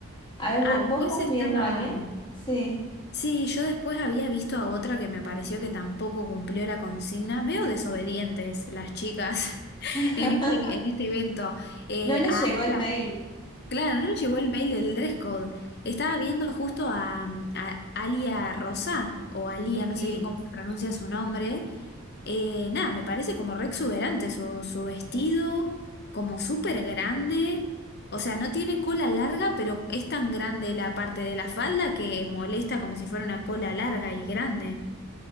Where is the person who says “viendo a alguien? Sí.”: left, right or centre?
Left